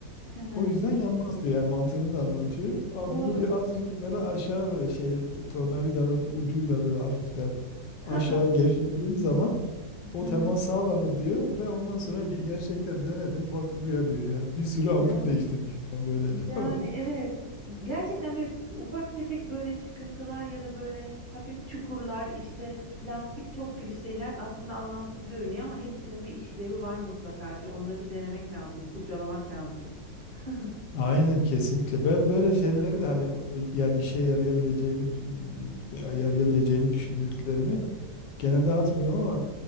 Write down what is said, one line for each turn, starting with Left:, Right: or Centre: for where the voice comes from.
Right: Hı hı.
Left: O yüzden yanmaz diyor. Yani mantığını da anlatıyor. Abi
Right: Doğru.
Left: bunu diyor azıcık böyle aşağı böyle şey t- tornavidanın ucuyla böyle hafiften
Right: <laughs>
Left: aşağı gevşettiğin zaman o
Right: Hı hı.
Left: temas sağlanır diyor ve ondan sonra ge- gerçekten denedim baktım ya diyor ya bir sürü ampul
Right: Ya
Left: değiştirmişim ben böyle
Right: yani
Left: <laughs>
Right: evet gerçekten böyle ufak tefek böyle çıkıntılar ya da böyle hafif çukurlar işte plastik top gibi şeyler aslında anlamsız görünüyor ama hepsinin bir işlevi var mutlaka ki onları denemek lazım, kurcalamak lazım. <laughs>
Left: Aynen kesinlikle. Ben böyle şeyleri de hani yani işe yarayabileceğimi yarayabileceğini düşündüklerimi genelde atmıyorum ama